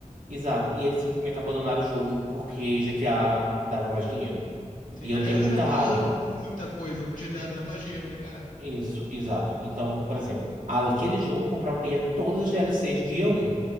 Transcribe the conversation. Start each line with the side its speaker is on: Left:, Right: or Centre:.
Right: Exato. E eles simplesmente abandonaram o jogo porque GTA dava mais dinheiro.
Left: Sim.
Right: E eu
Left: Aliás,
Right: tenho
Left: eles
Right: muita
Left: abandonaram
Right: raiva.
Left: muita coisa porque GTA dava mais dinheiro, né, cara?
Right: Isso, exato. Então, por exemplo, aquele jogo eu compraria todas as DLCs dia um